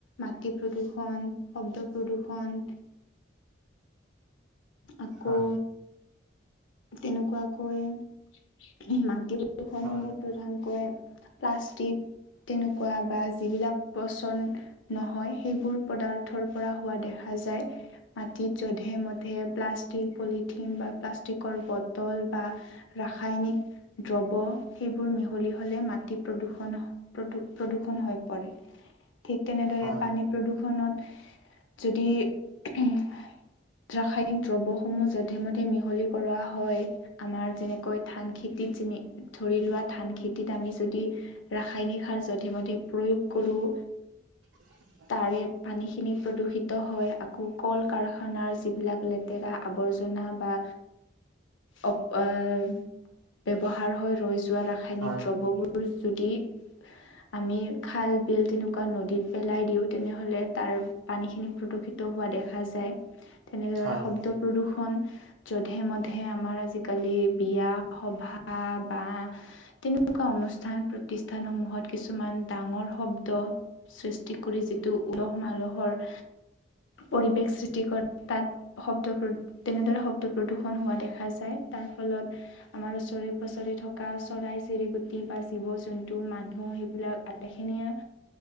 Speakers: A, on the left; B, on the right.
A: মাটি প্ৰদূষণ, শব্দ প্ৰদূষণ। আকৌ
B: হয়
A: তেনেকুৱাকৈ মাটি প্ৰদূষনসমূহ
B: হয়
A: প্ৰধানকৈ প্লাষ্টিক তেনেকুৱা বা যিবিলাক পচন নহয় সেইবোৰ পদাৰ্থৰ পৰা হোৱা দেখা যায়। মাটিত যধে - মধে প্লাষ্টিক পলিথিন বা প্লাষ্ট টিকৰ বটল বা ৰাসায়নিক দ্ৰব্য সেইবোৰ মিহলি হ'লে মাটি প্ৰদূষণ প্ৰদু প্ৰদূষণ হৈ পৰে, ঠিক তেনেদৰে
B: হয়
A: পানী প্ৰদূষণত যদি উহুম ৰাসায়নিক দ্ৰব্য সমূহ যধে মধে মিহলি কৰা হয়। আমাৰ যেনেকৈ ধান খেতিত যেনি ধৰি লোৱা ধান খেতিত আমি যদি ৰাসায়নিক সাৰ যধে - মধে প্ৰয়োগ কৰোঁ
B: <inaudible>
A: তাৰে পানীখিনি প্ৰদূষিত হয় আকৌ কল- কাৰখানাৰ যিবিলাক লেতেৰা আৱৰ্জনা বা অ এ ব্যৱহাৰ হৈ ৰৈ যোৱা ৰাসায়নিক
B: হয়
A: দ্ৰব্যবোৰ যদি- আমি খাল বিল তেনেকোৱা নদীত পেলাই দিও তেনেহলে তাৰ- পানীখিনি প্ৰদূষিত হোৱা দেখা যায়।
B: <inaudible>
A: তেনেদৰে
B: হয়
A: শব্দ প্ৰদূষণ- ধেমধে আমাৰ আজিকালি বিয়া সভা বা- তেনেকোৱা অনুষ্ঠান প্ৰতিষ্ঠানসমূহত কিছুমান ডাঙৰ শব্দ- সৃষ্টি কৰি যিটো উলহ মালহৰ- পৰিৱেশ সৃষ্টি কৰে তাত শব্দ প্ৰ তেনেদৰে শব্দ- প্ৰদূষণ হোৱা দেখা যায় তাৰ ফলত- আমাৰ ওচৰে পাজৰে থকা চৰাই চিৰিকটি বা জীৱ জন্তু মানুহ সেইবিলাক- এইখিনিয়ে